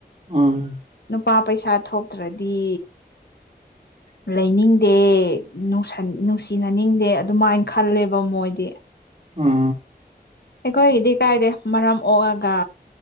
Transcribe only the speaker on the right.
ꯎꯝ
<inaudible>
ꯎꯥ